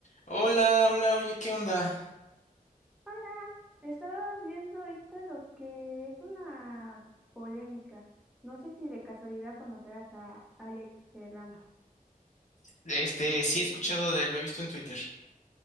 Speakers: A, on the left (about 55°); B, in the centre.
A: Hola, hola, oye, ¿qué onda?
B: Hola, estaba viendo ahorita lo que es una polémica. No sé si de casualidad conocerás a Alex Serrano.
A: Este, sí he escuchado de él, lo he visto en Twitter.